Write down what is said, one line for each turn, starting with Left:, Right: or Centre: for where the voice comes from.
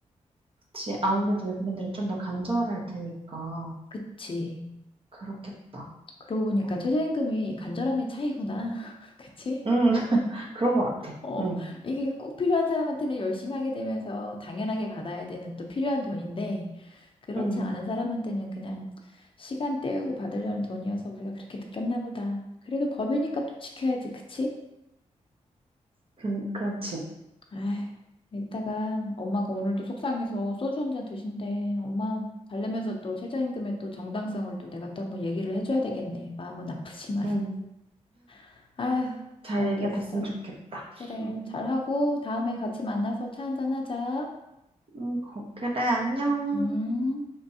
Right: 그치. 아무래도 외국인들은 좀 더 간절할 테니까.
Left: 그치.
Right: 그렇겠다.
Left: 그러고 보니까
Right: 에휴,
Left: 최저임금이 간절함의 차이구나. <laughs> 그치?
Right: 음, <laughs> 그런 것 같아.
Left: 어,
Right: 음,
Left: 이게 꼭 필요한 사람한테는 열심히 하게 되면서 당연하게 받아야 되는 또 필요한 돈인데, 그렇지
Right: 음,
Left: 않은 사람한테는 그냥 시간 때우고 받으려는 돈이어서 우리가 그렇게 느꼈나 보다. 그래도 법이니까 또 지켜야지, 그치?
Right: 그, 그렇지.
Left: 아휴, 이따가 엄마가 오늘도 속상해서 소주 한잔 드신대. 엄마 달래면서 또 최저임금의 또 정당성을 또 내가 또 한번 얘기를 해줘야 되겠네. 마음은 아프지만.
Right: 응
Left: <laughs> 아휴,
Right: 잘
Left: 알겠어.
Right: 얘기가 됐으면 좋겠다.
Left: 그래,
Right: 응,
Left: 잘하고 다음에 같이 만나서 차 한잔 하자.
Right: 응, 거- 그래, 안녕.
Left: 음.